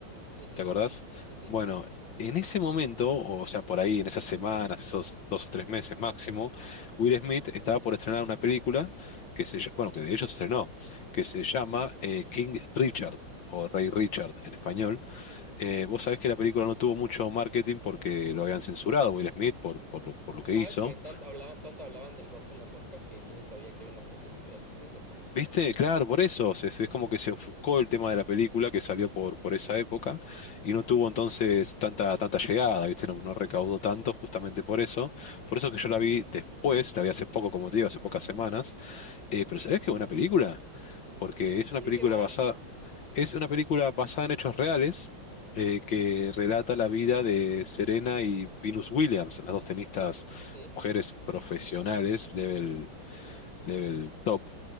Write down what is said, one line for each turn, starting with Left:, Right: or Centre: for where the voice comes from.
Right: Sí, sí,
Left: ¿Te acordás?
Right: sí, sí, sí.
Left: Bueno, en ese momento, o sea, por ahí en esas semanas, esos dos o tres meses máximo, Will Smith estaba por estrenar una película que se, ll- bueno, que de hecho se estrenó, que se llama eh, King Richard. o Rey Richard en español. Eh, vos sabés que la película no tuvo mucho marketing porque lo habían censurado a Will Smith por, por lo, por lo que
Right: Sabes
Left: hizo,
Right: que No, tanto hablaban, tanto hablaban del golpe en los Oscars que yo ni sabía que había una peli de él en esa época.
Left: ¿Viste? Claro, por eso. se- se- es como que se ofuscó el tema de la película que salió por, por esa época y no tuvo entonces tanta, tanta llegada, ¿viste? No, no recaudó tanto justamente por eso. Por eso que yo la vi después, la vi hace poco, como te digo, hace pocas semanas. Eh, pero ¿sabés qué buena película? Porque es una
Right: ¿Y
Left: película
Right: de qué va?
Left: basada, es una película basada en hechos reales eh, que relata la vida de Serena y Venus Williams, las dos tenistas
Right: Sí.
Left: mujeres profesionales, level, level top.